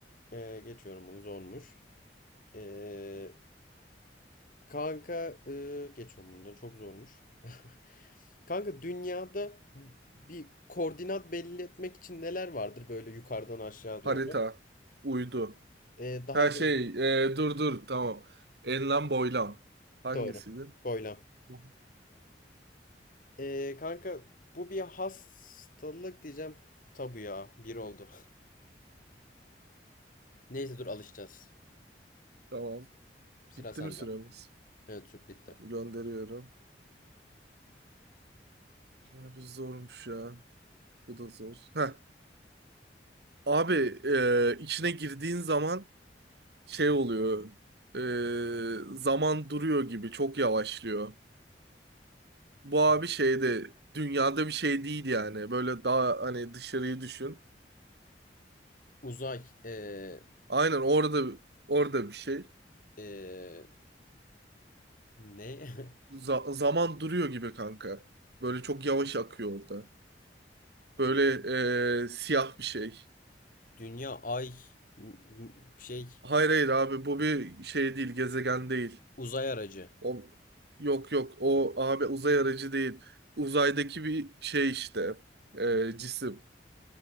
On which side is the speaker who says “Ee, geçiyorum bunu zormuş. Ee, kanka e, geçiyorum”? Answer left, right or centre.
Left